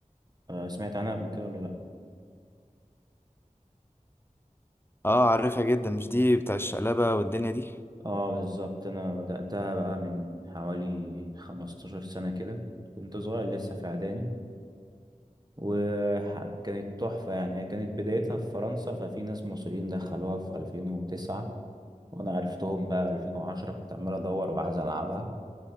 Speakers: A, on the right (about 30°); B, on the left (about 15°).
A: آه، سمعت عنها قبل كده ولا لا
B: اه عارفها جدا مش دي بتاع الشقلبة والدنيا دي
A: اه بالظبط انا بدأتها بقى من حوالي 15 سنة كده كنت صغير لسه في اعدادي وكانت تحفة يعني هي كانت بدايتها في فرنسا ففي ناس مصريين دخلوها في 2009 وانا عرفتهم بقى 2010 كنت عمال ادور وعايز العبها